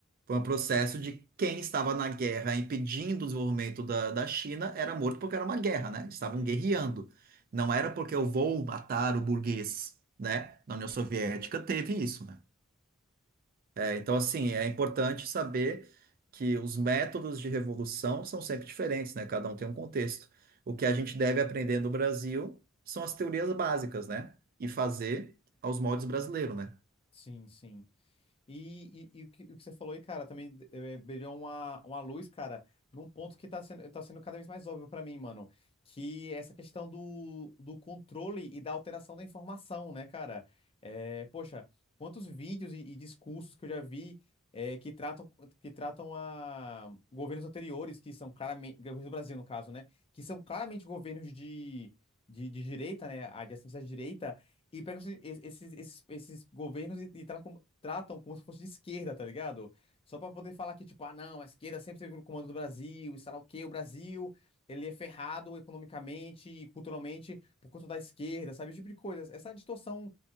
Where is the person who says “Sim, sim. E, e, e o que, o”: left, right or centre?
Left